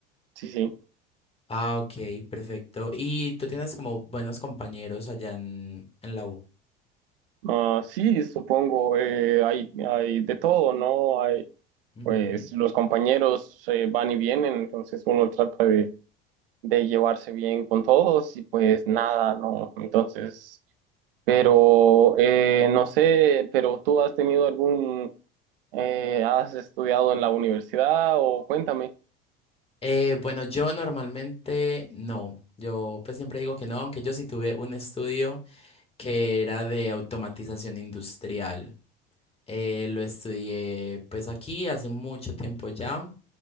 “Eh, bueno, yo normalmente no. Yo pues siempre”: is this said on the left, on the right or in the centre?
Left